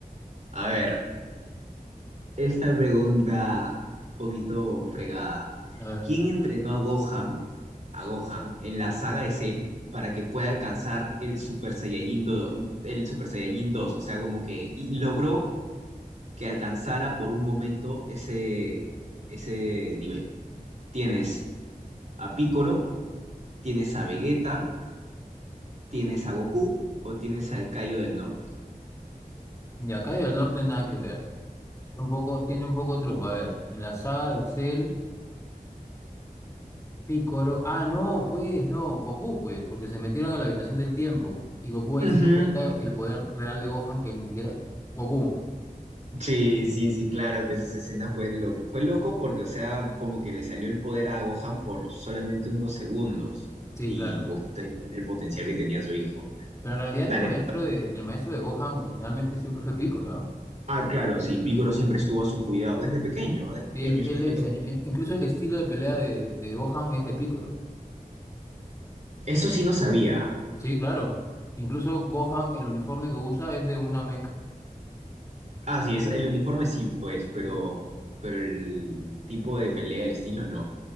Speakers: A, on the right; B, on the left.
A: A ver, Esta pregunta un poquito fregada.
B: A ver.
A: ¿Quién entrenó a Gohan, a Gohan en la saga de Cell para que pueda alcanzar el Super Saiyajin 2, el Super Saiyajin dos, O sea, como que y logró que alcanzara por un momento ese, ese nivel. Tienes a Piccolo, tienes a Vegeta, tienes a Goku o tienes al Cayo del Norte.
B: Y acá y del norte nada que ver. Está Un poco, tiene un poco de truco. A ver, en la saga de Cell, Picoro. Ah, no, pues, no, Goku, pues, porque se metieron a la habitación del tiempo. Y Goku ahí
A: Ujú.
B: se dio cuenta el poder real de Gohan, que ni siquiera. Goku,
A: Sí, sí, sí, claro, pues esa escena fue loco, fue loco porque, o sea, como que le salió el poder a Gohan por solamente unos segundos
B: sí,
A: y
B: claro.
A: Goku se dio cuenta del potencial que tenía su hijo.
B: Pero en realidad
A: Dale.
B: el maestro de, el maestro de Gohan originalmente siempre fue Picoro, ¿ah?
A: Ah, claro, sí, Piccolo siempre estuvo a su cuidado desde pequeño, ah, Desde pequeño,
B: Y él,
A: eso
B: él
A: fue
B: le enseñó.
A: lo...
B: e- Incluso el estilo de pelea de, de Gohan es de Picoro.
A: Eso sí no sabía. Ah,
B: Sí, claro. Incluso Gohan, el uniforme que usa es de una mech.
A: Ah, sí, es, el uniforme sí, pues, pero,
B: Sí,
A: pero el tipo de pelea, el estilo no.